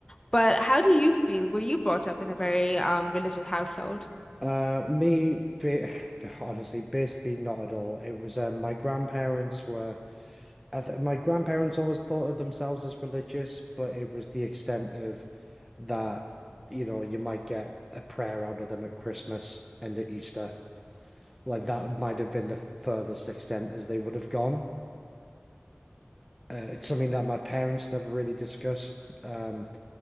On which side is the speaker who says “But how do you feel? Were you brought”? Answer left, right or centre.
Left